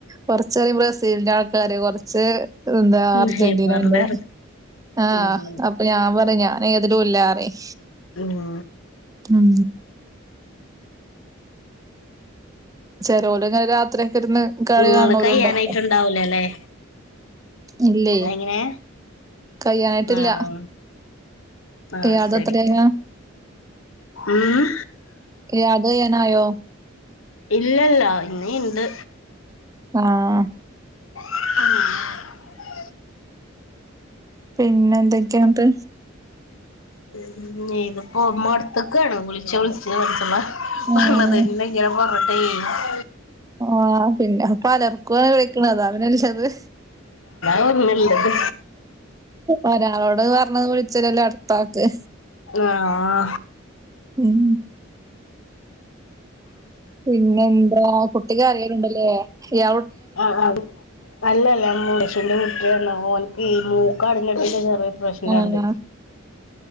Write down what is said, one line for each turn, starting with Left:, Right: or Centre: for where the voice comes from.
Right: കുറച്ചേര് ബ്രസീലിന്റെ ആൾക്കാര് കുറച്ച് എന്താ അർജന്റീ
Left: നെയ്മറിന്റെ
Right: ൻ്റീനൻ്റെ ആഹ്
Left: ഉം
Right: അപ്പൊ ഞാൻ പറയും ഞാൻ ഏതിലും ഇല്ലാറിയും
Left: അഹ്
Right: ഉം ചരോല് ഇങ്ങനെ രാത്രി ഒക്കെ ഇരുന്ന് കളികാണോലുണ്ടല്ലോ
Left: ഇങ്ങള് കയ്യാനായിട്ടുണ്ടാവൂലല്ലേ
Right: ഇല്ലേ
Left: എങ്ങനെ
Right: കഴ്യനായിട്ടില്ല
Left: ആഹ് ആഹ്
Right: ഇയാളത്
Left: ശരി
Right: എത്രേല
Left: ഉം
Right: ഇയാളത് കഴിയനായോ
Left: ഇല്ലല്ല ഇന്ന് ഇണ്ട്
Right: ആഹ്
Left: <inaudible>
Right: പിന്നെ എന്തൊക്കെയുണ്ട്
Left: പിന്നെ ഇതിപ്പോകുമ്പോ അടുത്തക്കെയാണോ വിളിച്ച് വിളിച്ച് <unintelligible>
Right: ഉം
Left: പറഞ്ഞതന്നെ ഇങ്ങനെ പറഞ്ഞിട്ട് <unintelligible>
Right: ആഹ് പിന്നെ പലർക്കു അനുഭവിക്കണ അതാ അതിനനുസരിച്ചത്
Left: താവും നല്ലത്
Right: ഒരാളോട് പറഞ്ഞത് വിളിച്ചിലല്ലോ അടുത്താക്ക്
Left: ആഹ്
Right: ഉം പിന്നെ എന്താ കുട്ടി കരിയണിണ്ടല്ലേ ഇയാ
Left: ആഹ് ആഹ് അല്ല അല്ല <unintelligible> ന്റെ കുട്ടിയാണ് ഓന്ക്ക് മൂക്ക് അടഞ്ഞിട്ടിന്റെ ചെറിയ പ്രശ്നുണ്ട്
Right: ആഹ്